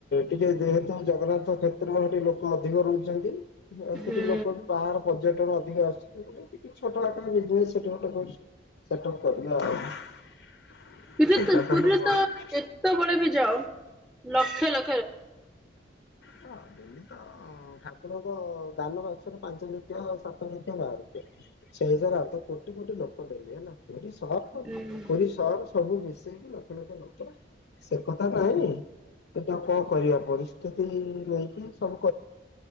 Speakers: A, on the left (about 65°); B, in the centre.
A: ଟିକେ ଯେହେତୁ ଜଗନ୍ନାଥ କ୍ଷେତ୍ର ହେଠି ଲୋକ ଅଧିକ ରହୁଛନ୍ତି। ସେଠି
B: ହୁଁ
A: ବି ଲୋକ ବାହାର ପର୍ଯ୍ୟଟନ ଟିକେ ଆସୁଚି କଣ କହିଲେ ଟିକେ ଛୋଟ ଆକାର ଡେ ସେଟମେଣ୍ଟ କରୁଚିସେଟପ କରିନି ଆଉ। <unintelligible>
B: ପୁରୀରେ
A: ଏକାଥରେ
B: ତ ପୁରୀରେ
A: ବଡ
B: ତ
A: କଥା
B: ଯେତେବେଳେ ବି ଯାଅ ଲକ୍ଷ ଲକ୍ଷ ଯାଉ <inaudible>
A: ହଁ ଡେଲି ତ ଠାକୁରଙ୍କ ଦାନ ବାକ୍ସରୁ ପାଞ୍ଚ ଲକ୍ଷ ସାତ ଲକ୍ଷ ବାହାରୁଚି। ସେଇଜର ଆ ତ କୋଟି କୋଟି ଲୋକଟଡେଲି ହେ ପୁରୀ ସର
B: ହୁଁ
A: ପୁରୀ ସହର ସବୁ ମି ଲକ୍ଷ ଲକ୍ଷେ ଲୋକ ସେ କଥା କାହିେଁନି ଏଟା କଣ କରିବା ପର। କେତି ନେଇକି ଯାଇଛି ସବୁ।